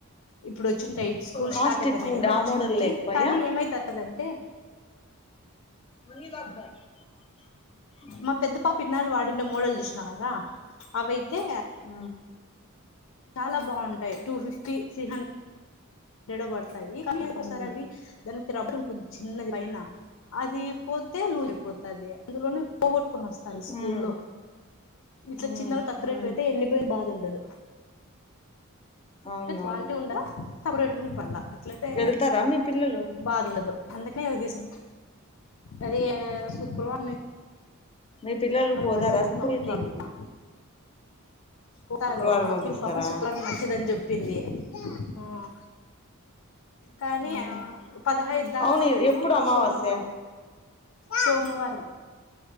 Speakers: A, on the left; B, on the left.
A: ఇప్పుడొచ్చుంటయి ఇప్పుడు స్కూల్
B: కాస్ట్
A: స్టార్ట్ అయితనయి
B: ఎక్కువ ఉండే
A: కదా వచ్చింటాయి
B: ఆ మోడల్ లేకపోయా
A: కానీ ఏమైతానదంటే
B: మళ్ళీ లాగ్ <inaudible>
A: మా పెద్ద పాప ఇన్నాళ్ళు వాడిండే మోడల్ జూశినాగా అవైతే
B: ఊ
A: చాలా బావుంటాయి టూఫిఫ్టీ త్రీహన్ రెడో బడతాయి కాని
B: హ్మ్
A: ఒకసారి అవి దానికి రబ్బర్ ఉంటుంది చిన్నది పైన అది పోతే లూసైపోతాది అందులోనే పోగొట్టుకుని వస్తది
B: హ్మ్
A: స్కూల్లో ఇట్ల
B: హ్మ్
A: చిన్నవి తక్కువ
B: హ్మ్
A: రెట్ వి ఐతే ఎన్ని బే బాదుండదు
B: అవునవును
A: అంటే క్వాలిటీ ఉంద సపరేటు ఉంపాల అట్లాయితే
B: వెళ్తారా మీ పిల్లలు
A: బాదుండదు అందకనే ఒదిలేసి అది శుక్రవా
B: మీ పిల్లలు పోతారా
A: మంచిదని
B: స్కూల్
A: మా పక్కింటి
B: కి
A: ఆమె తిన్నా పోతారు
B: శుక్రవారం
A: పక్కింటి
B: పంపిస్తారా
A: పాప శుక్లారం మంచిదని జెప్పింది ఉమ్ కనీ
B: ఉమ్.
A: ఆ పదహైదు దాకా
B: అవును
A: ఏమో
B: ఎప్పుడు అమావాస్య
A: సోమవారం సోమవారం